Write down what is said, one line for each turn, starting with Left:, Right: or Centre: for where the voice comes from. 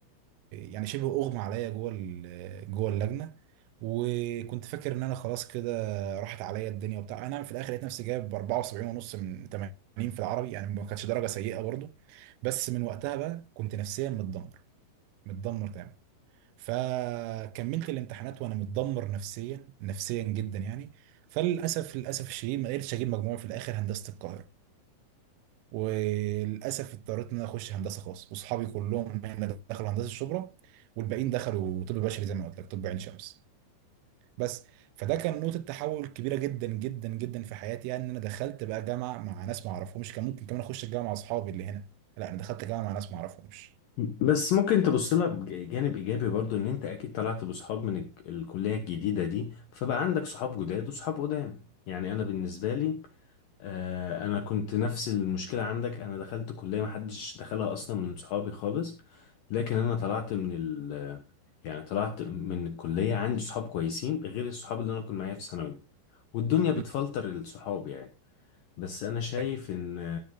Right: يعني شبه اغمى عليا جوه ال... جوه اللجنه وكنت فاكر ان انا خلاص كده راحت عليا الدنيا وبتاع انا في الاخر لقيت نفسي جايب 74 ونص من 80 في العربي يعني ما كانتش درجه سيئه برضو بس من وقتها بقى كنت نفسيا متدمر متدمر تمام فكملت الامتحانات وانا متدمر نفسيا نفسيا جدا يعني فللاسف للاسف الشديد ما قدرتش اجيب مجموع في الاخر هندسه القاهره وللاسف اضطريت ان انا اخش هندسه خاص واصحابي كلهم هنا دخلوا هندسه الشبرا والباقيين دخلوا طب بشري زي ما قلت لك طب عين شمس بس فده كان نقطة تحول كبيرة جدا جدا جدا في حياتي يعني ان انا دخلت بقى جامعة مع ناس ما اعرفهمش كان ممكن كمان اخش الجامعة مع اصحابي اللي هنا لا انا دخلت جامعة مع ناس ما اعرفهمش
Left: بس ممكن تبص لها بجانب ايجابي برضو ان انت اكيد طلعت بصحاب من الك- الكليه الجديده دي فبقى عندك صحاب جداد وصحاب قدام يعني انا بالنسبه لي آه، انا كنت نفس المشكله عندك انا دخلت كليه ما حدش دخلها اصلا من صحابي خالص لكن انا طلعت من ال يعني طلعت من الكليه عندي صحاب كويسين غير الصحاب اللي انا كنت معايا في ثانوي والدنيا بتفلتر
Right: مم.
Left: الصحاب يعني بس انا شايف
Right: أكيد.
Left: ان